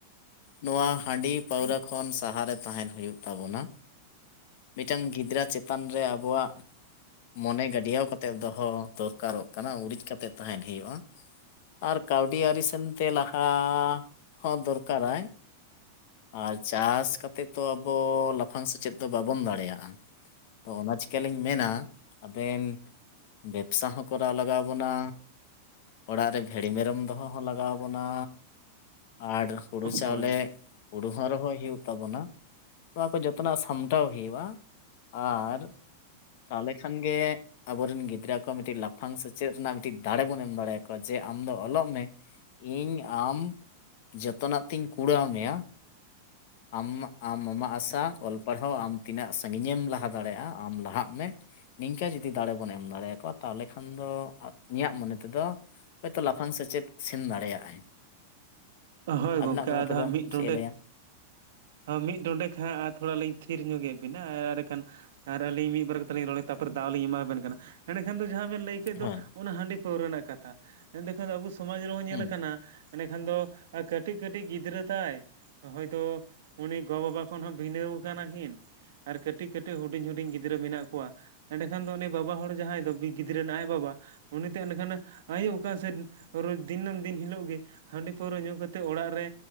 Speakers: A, on the left (about 45°); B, on the right (about 60°).
A: ᱱᱚᱣᱟ ᱦᱟᱺᱰᱤ, ᱯᱟᱹᱣᱨᱟᱹ ᱠᱷᱚᱱ ᱥᱟᱦᱟᱨᱮ ᱛᱟᱦᱮᱱ ᱦᱩᱭᱩᱜ ᱛᱟᱵᱚᱱᱟ᱾ ᱢᱤᱜᱴᱟᱝ ᱜᱤᱫᱽᱨᱟᱹ ᱪᱮᱛᱟᱱ ᱨᱮ ᱟᱵᱚᱣᱟᱜ ᱢᱚᱱᱮ ᱜᱟᱹᱰᱭᱟᱹᱣ ᱠᱚᱛ ᱠᱟᱛᱮ ᱫᱚᱦᱚ ᱫᱚᱨᱠᱟᱨᱚᱜ ᱠᱟᱱᱟ ᱩᱨᱤᱡ ᱠᱟᱛᱮ ᱛᱟᱦᱮᱱ ᱦᱩᱭᱩᱜᱼᱟ ᱟᱨ ᱠᱟᱹᱣᱰᱤ ᱟᱹᱨᱤ ᱥᱮᱱ ᱛᱮ ᱞᱟᱦᱟ ᱦᱚᱸ ᱫᱚᱨᱠᱟᱨᱟᱭ ᱟᱨ ᱪᱟᱥ ᱠᱟᱛᱮᱫ ᱛᱚ ᱟᱵᱚ ᱞᱟᱯᱷᱟᱝ ᱥᱮᱪᱮᱫ ᱫᱚ ᱵᱟᱵᱚᱱ ᱫᱟᱲᱮᱭᱟᱜᱼᱟ ᱛᱚ ᱚᱱᱟ ᱪᱤᱠᱟᱹ ᱞᱤᱧ ᱢᱮᱱᱟ ᱟᱵᱮᱱ ᱵᱮᱵᱽᱥᱟ ᱦᱚᱸ ᱠᱚᱨᱟᱣ ᱞᱟᱜᱟᱣ ᱵᱚᱱᱟ ᱚᱲᱟᱜ ᱨᱮ ᱵᱷᱮᱲᱤ ᱢᱮᱨᱚᱢ ᱫᱚᱦᱚ ᱦᱚᱸ ᱞᱟᱜᱟᱣ ᱵᱚᱱᱟ ᱟᱨ ᱦᱳᱲᱳ ᱪᱟᱣᱞᱮᱼᱼ
B: ᱦᱳᱭ
A: ᱦᱩᱲᱩ ᱦᱚᱸ ᱨᱚᱦᱚᱭ ᱦᱩᱭᱩᱜ ᱛᱟᱵᱚᱱᱟ ᱱᱚᱣᱟ ᱠᱚ ᱡᱚᱛᱚᱱᱟᱜ ᱥᱟᱢᱴᱟᱣ ᱦᱩᱭᱩᱜᱼᱟ ᱟᱨ ᱛᱟᱦᱚᱞᱮ ᱠᱷᱟᱱ ᱜᱮ ᱟᱵᱚ ᱨᱮᱱ ᱜᱤᱫᱽᱨᱟᱹ ᱠᱚ ᱢᱤᱫᱴᱤᱡ ᱞᱟᱯᱷᱟᱝ ᱥᱮᱪᱮᱫ ᱨᱮᱱᱟᱜ ᱢᱤᱫᱴᱤᱡᱼᱼ ᱫᱟᱲᱮ ᱵᱚᱱ ᱮᱢ ᱫᱟᱲᱮᱭᱟ ᱠᱚᱣᱟ ᱡᱮ ᱟᱢ ᱫᱚ ᱚᱞᱚᱜ ᱢᱮ ᱤᱧ ᱟᱢ ᱡᱚᱛᱚᱱᱟᱜ ᱛᱤᱧ ᱠᱩᱲᱟᱹ ᱢᱮᱭᱟ ᱟᱢ ᱟᱢ ᱟᱢᱟᱜ ᱟᱥᱟ ᱚᱞ ᱯᱟᱲᱦᱟᱣ ᱟᱢ ᱛᱤᱱᱟᱹᱜ ᱥᱟᱺᱜᱤᱧ ᱮᱢ ᱞᱟᱦᱟ ᱫᱟᱲᱮᱭᱟᱜᱼᱟ ᱟᱢ ᱞᱟᱦᱟᱜ ᱢᱮ ᱱᱤᱝᱠᱟᱹ ᱡᱩᱫᱤ ᱫᱟᱲᱮ ᱵᱚᱱ ᱮᱢ ᱫᱟᱲᱮᱭᱟ ᱠᱚᱣᱟ ᱛᱟᱦᱚᱞᱮ ᱠᱷᱟᱱ ᱫᱚ ᱤᱧᱟᱜ ᱢᱚᱱᱮ ᱛᱮᱫᱚ ᱦᱚᱭᱛᱳ ᱞᱟᱯᱷᱟᱝ ᱥᱮᱪᱮᱫ ᱥᱮᱱ ᱫᱟᱲᱮᱭᱟᱜᱼᱟᱭ
B: ᱦᱳᱭ
A: ᱟᱵᱤᱱᱟᱜ
B: ᱜᱚᱝᱠᱮ
A: ᱢᱚᱱᱮ
B: ᱟᱫᱚ
A: ᱛᱮᱫᱚ
B: ᱦᱟᱸᱜ ᱢᱤᱫ
A: ᱪᱮᱫ
B: ᱱᱚᱸᱰᱮᱠ
A: <inaudible>
B: ᱦᱚᱸ ᱢᱤᱫ ᱰᱚᱸᱰᱮᱠ <unintelligible> ᱛᱷᱚᱲᱟ ᱞᱤᱧ ᱛᱷᱤᱨ ᱧᱚᱜᱮᱫ ᱵᱤᱱᱟ ᱟᱨ ᱮᱸᱰᱮ ᱠᱷᱟᱱ ᱟᱨ ᱟᱹᱞᱤᱧ ᱢᱤᱫ ᱵᱟᱨ ᱠᱟᱛᱷᱟ ᱞᱤᱧ ᱨᱚᱲ ᱛᱟᱯᱚᱨᱮ ᱫᱟᱣ ᱞᱤᱧ ᱮᱢᱟᱵᱮᱱ ᱠᱟᱱᱟ ᱮᱸᱰᱮ ᱠᱷᱟᱱ ᱫᱚ ᱡᱟᱦᱟᱸ ᱵᱮᱱ ᱞᱟᱹᱭᱼᱼ ᱠᱷᱮᱡ
A: ᱦᱳᱭ
B: ᱫᱚ ᱚᱱᱟ ᱦᱟᱺᱰᱤ ᱯᱟᱹᱣᱨᱟᱹ ᱨᱮᱱᱟᱜ ᱠᱟᱛᱷᱟ ᱮᱸᱰᱮᱠᱷᱟᱱ ᱟᱵᱚ ᱥᱚᱢᱟᱡᱽ ᱨᱮᱦᱚᱸ ᱧᱮᱞ
A: ᱦᱩᱸ
B: ᱠᱟᱱᱟ ᱮᱸᱰᱮᱠᱷᱟᱱ ᱫᱚᱼᱼ ᱟᱨ ᱠᱟᱹᱴᱤᱡ ᱠᱟᱹᱴᱤᱡ ᱜᱤᱫᱽᱨᱟᱹ ᱛᱟᱭ ᱦᱚᱭᱛᱚ ᱩᱱᱤ ᱜᱚ ᱵᱟᱵᱟ ᱠᱷᱚᱱ ᱦᱚᱸ ᱵᱷᱤᱸᱱᱟᱹ ᱟᱠᱟᱱᱟ ᱠᱤᱱ ᱟᱨ ᱠᱟᱹᱴᱤᱡ ᱠᱟᱹᱴᱤᱡ ᱦᱩᱰᱤᱧ ᱦᱩᱰᱤᱧ ᱜᱤᱫᱽᱨᱟᱹ ᱢᱮᱱᱟᱜ ᱠᱚᱣᱟ ᱮᱸᱰᱮ ᱠᱷᱟᱱ ᱫᱚ ᱩᱱᱤ ᱵᱟᱵᱟ ᱦᱚᱲ ᱡᱟᱦᱟᱸᱭ ᱫᱚ <unintelligible> ᱜᱤᱫᱽᱨᱟᱹ ᱟᱡ ᱵᱟᱵᱟᱼᱼ ᱩᱱᱤ ᱛᱮ ᱮᱱᱠᱷᱟᱱ ᱟᱭᱩ ᱚᱠᱟ ᱥᱮ <unintelligible> ᱫᱤᱱᱟᱹᱢ ᱫᱤᱱ ᱦᱤᱞᱳᱜ ᱜᱮ ᱦᱟᱺᱰᱤ ᱯᱟᱹᱣᱨᱟᱹ ᱧᱩ <unintelligible> <unintelligible> ᱚᱲᱟᱜ ᱨᱮ